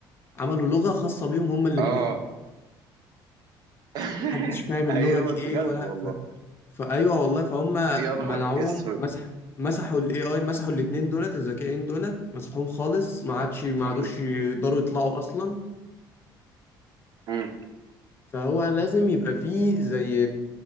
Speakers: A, on the left; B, on the right.
A: عملوا لغة خاصة بيهم هما الاتنين
B: اه <laughs>
A: محدش فاهم اللغة
B: ايوه
A: دي
B: بجد
A: ايه ولا
B: والله
A: ف... فايوه والله فهم
B: يا
A: منعوهم
B: نهار اسود
A: مسح مسحوا الاي اي مسحوا الاتنين دولت الذكيين دولت مسحوهم خالص ما عادش ما عادوش
B: مم.
A: يقدروا يطلعوا اصلا
B: مم.
A: فهو لازم يبقى فيه زي